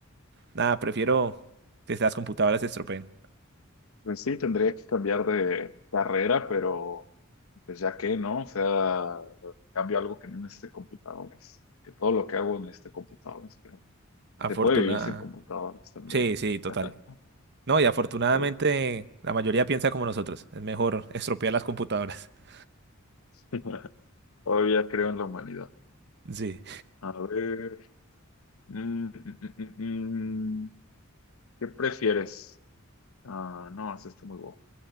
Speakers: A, on the right (about 55°); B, on the left (about 75°).
A: Nada, prefiero que las computadoras se estropeen.
B: Pues sí, tendría que cambiar de carrera, pero pues ya que, ¿no? O sea, cambio algo que no necesite computadores. Que todo lo que hago en este computador
A: Afortunada.
B: Se puede vivir sin computadoras también.
A: Sí, sí, total.
B: <laughs>
A: No, y afortunadamente
B: Sí.
A: la mayoría piensa como nosotros. Es mejor estropear las computadoras. <laughs>
B: <laughs> Todavía creo en la humanidad.
A: Sí.
B: A ver. mm, mm, mm, mm, mm, ¿Qué prefieres? Ah, no, es está muy bobo.